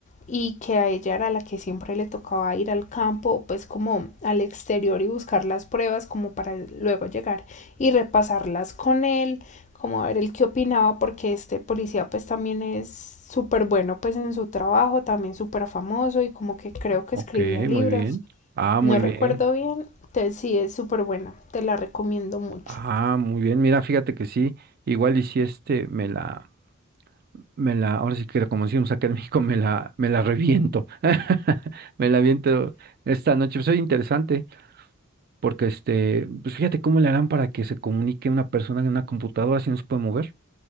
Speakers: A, on the left (about 35°); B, on the right (about 45°).
A: y que a ella era la que siempre le tocaba ir al campo pues como al exterior y buscar las pruebas como para luego llegar y repasarlas con él como a ver el qué opinaba porque este policía pues también es súper bueno pues en su trabajo también súper famoso y como que creo que
B: Ok,
A: escribía libros
B: muy bien. Ah,
A: no
B: muy bien.
A: recuerdo bien entonces sí es súper buena te la recomiendo mucho
B: Ah, muy bien. Mira, fíjate que sí. Igual y si este me la, me la, ahora sí que como decimos acá en México, me la, me la reviento. <laughs> Me la reviento esta noche. Soy interesante, porque este, pues fíjate cómo le harán para que se comunique una persona en una computadora si no se puede mover.